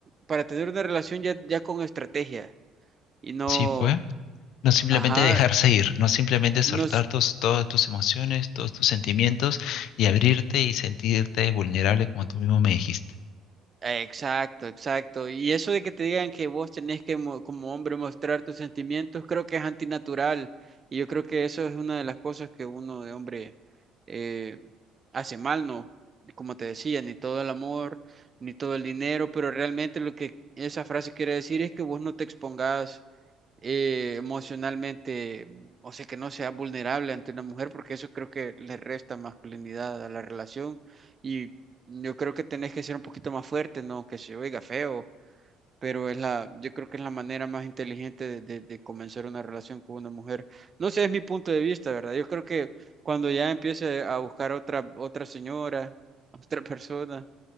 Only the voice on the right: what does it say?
para tener una relación ya, ya con estrategia y no,
ajá,
no, s-
exacto, exacto. Y eso de que te digan que vos tenés que mo- como hombre mostrar tus sentimientos, creo que es antinatural. Y yo creo que eso es una de las cosas que uno de hombre eh, hace mal, ¿no? Como te decía, ni todo el amor, ni todo el dinero, pero realmente lo que esa frase quiere decir es que vos no te expongas eh, emocionalmente, o sea, que no sea vulnerable ante una mujer, porque eso creo que le resta masculinidad a la relación. Y yo creo que tenés que ser un poquito más fuerte, no que se oiga feo, pero es la, yo creo que es la manera más inteligente de, de- de comenzar una relación con una mujer. No sé, es mi punto de vista, ¿verdad? Yo creo que cuando ya empiece a buscar otra, otra señora, <laughs> otra persona.